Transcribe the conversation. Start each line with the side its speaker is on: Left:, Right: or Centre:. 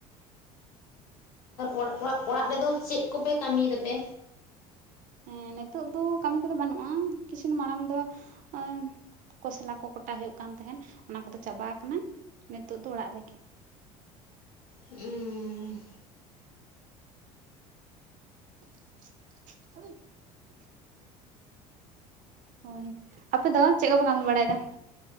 Left: ᱚᱨᱟᱜ ᱚᱲᱟᱜ ᱨᱮᱫᱚ ᱪᱮᱫ ᱠᱚᱯᱮ ᱠᱟᱹᱢᱤᱭ ᱫᱟᱯᱮ
Right: ᱦᱮᱸ ᱱᱤᱛᱚᱜ ᱫᱚ ᱠᱟᱹᱢᱤ ᱠᱚᱫᱚ ᱵᱟᱹᱱᱩᱜᱼᱟ ᱠᱤᱪᱷᱩ ᱢᱟᱲᱟᱝ ᱫᱚ ᱳᱭ ᱠᱚᱥᱟᱞᱟ ᱠᱚ ᱠᱚᱴᱟ ᱦᱩᱭᱩᱜ ᱠᱟᱱ ᱛᱟᱦᱮᱸᱱ ᱚᱱᱟ ᱠᱚᱫᱚ ᱪᱟᱵᱟ ᱠᱟᱱᱟ ᱱᱤᱛᱚᱜ ᱫᱚ ᱚᱲᱟᱜ ᱨᱮᱜᱮ <inaudible>
Left: ᱦᱩᱸ
Right: <inaudible> ᱦ ᱦᱳᱭ ᱟᱯᱮ ᱫᱚ ᱪᱮᱫ ᱠᱚᱯᱮ ᱠᱟᱹᱢᱤ ᱵᱟᱲᱟᱭᱮᱫᱟ